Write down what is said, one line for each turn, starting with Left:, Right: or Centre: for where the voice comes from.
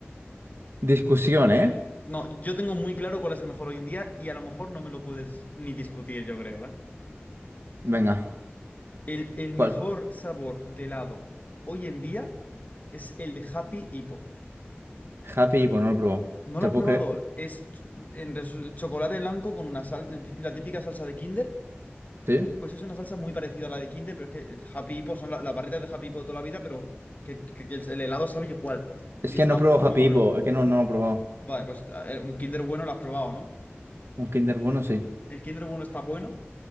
Right: Discusión, ¿eh?
Left: No, yo tengo muy claro cuál es el mejor hoy en día y a lo mejor no me lo puedes ni discutir, yo creo, ¿eh?
Right: Venga,
Left: El, el
Right: ¿cuál?
Left: mejor sabor de helado hoy en día es el de Happy Hippo.
Right: Happy Hippo, no lo he probado.
Left: ¿No
Right: ¿Te
Left: lo has
Right: lo
Left: probado?
Right: puedo creer?
Left: Es ch- en resu- chocolate blanco con una sal, el tip- la típica salsa de Kinder.
Right: ¿Sí?
Left: Pues es una salsa muy parecida a la de Kinder, pero es que el Happy Hippo son la- las barritas de Happy Hippo de toda la vida, pero que, que- que el, el helado sabe igual. Y
Right: Es que
Left: está
Right: no he probado
Left: muy
Right: Happy
Left: bueno.
Right: Hippo, es que no, no lo he probado.
Left: Vale, pues a ver, un Kinder bueno lo has probado, ¿no?
Right: Un Kinder Bueno sí.
Left: El Kinder bueno está bueno.